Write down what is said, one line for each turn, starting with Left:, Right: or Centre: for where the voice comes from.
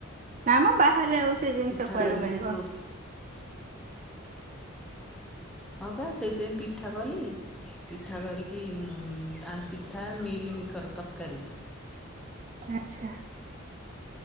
Right: ନାଁମ ବାହାରେ ଆଉ ସେ ଜିନିଷ
Centre: ପିଠା
Right: କୁଆଡୁ
Centre: କରିକି
Right: ମିଳିବ।
Centre: ପୁଅ ହଁ ବା ସେଇଥିପାଇଁ ପିଠା କଲି। ପିଠା କରିକି ତାର ପିଠା ମିଲମିକର ତରକାରୀ।
Right: ଆଚ୍ଛା।